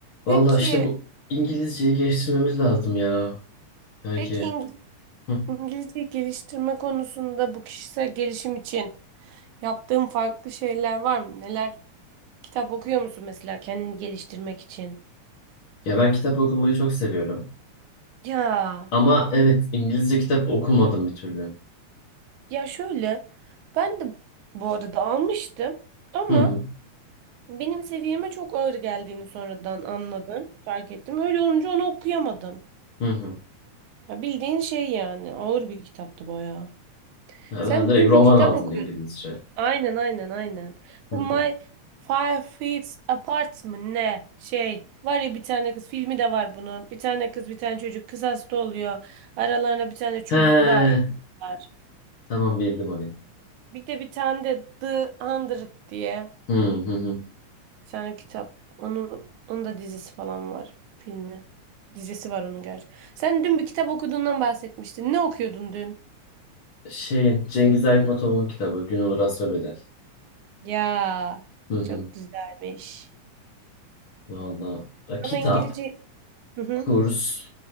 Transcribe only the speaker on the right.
Peki,
peki İng-
İngilizce geliştirme konusunda bu kişisel gelişim için yaptığın farklı şeyler var mı? Neler? Kitap okuyor musun mesela kendini geliştirmek için?
Ya.
Ya şöyle ben de bu arada almıştım ama
Benim seviyeme çok ağır geldiğini sonradan anladım. Fark ettim. Öyle olunca onu okuyamadım.
Ya bildiğin şey yani. Ağır bir kitaptı bayağı.
Sen
dün
bir kitap
okuyordun.
Aynen aynen aynen.
Bu
My Five Feet Apart mı ne? Şey var ya bir tane kız filmi de var bunun. Bir tane kız bir tane çocuk kısasta oluyor. Aralarına bir tane çubukla
yürüyorlar.
Bir de bir tane de The Hundred diye.
Sen kitap. Onu, onun da dizisi falan var. Filmi. Dizisi var onun gerçi. Sen dün bir kitap okuduğundan bahsetmiştin. Ne okuyordun dün?
Ya
çok güzelmiş.
Ama İngilizce... Hı hı.